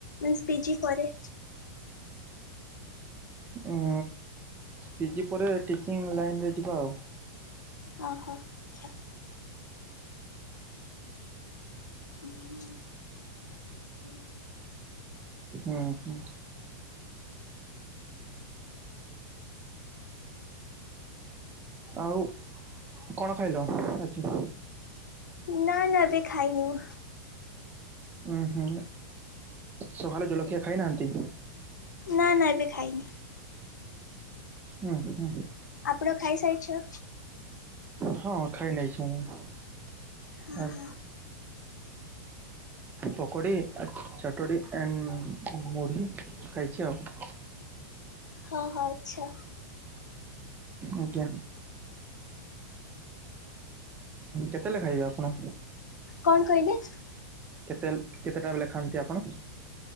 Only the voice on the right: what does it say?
ଉ ପିଜି ପରେ ଟିଚିଂ ଲାଇନ ରେ ଯିବା ଆଉ।
ଉଁ ହୁଁ। ଆଉ କଣ ଖାଇଲ ଆଜି?
ଉୁଁ ହୁଁ, ସକାଳେ ଜଳଖିଆ ଖାଇନାହାନ୍ତି?
ଉଁ ହୁଁ।
ହଁ ଖାଇ ନେଇଛି ମୁଁ।
ଆ, ପକୋଡି, ଚଟଡି ଆଣ୍ଡ ମୁଢ଼ି ଖାଇଛି ଆଉ।
ଆଜ୍ଞା। କେତେଲେ ଖାଇବେ ଆପଣ?
କେତେଲ କେତେଟାବେଲେ ଖାଆନ୍ତି ଆପଣ?